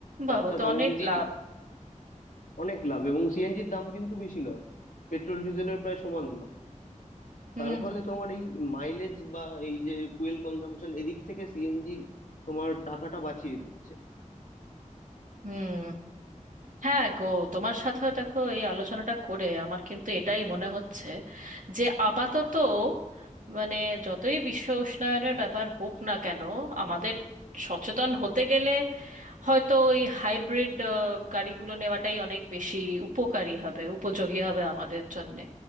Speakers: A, on the right; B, on the left.
A: বাবা
B: অর্থাৎ
A: তো
B: আমি
A: অনেক
B: যদি
A: লাভ
B: অনেক লাভ এবং সিএনজির দাম কিন্তু বেশি নয় পেট্রোল ডিজেলের প্রায় সমান দাম
A: হুম
B: তার ফলে তোমার এই মাইলেজ বা এই যে ফুয়েল কনজাম্পশন এদিক থেকে সিএনজি তোমার টাকাটা বাঁচিয়ে দিচ্ছে
A: হুম হ্যাঁ গো তোমার সাথে দেখো এই আলোচনাটা করে আমার কিন্তু এটাই মনে হচ্ছে যে আপাতত মানে যতই বিশ্ব উষ্ণায়নের ব্যাপার হোক না কেন আমাদের সচেতন হতে গেলে হয়তো ওই হাইব্রিড গাড়িগুলো নেওয়াটাই অনেক বেশি উপকারী হবে উপযোগী হবে আমাদের জন্যে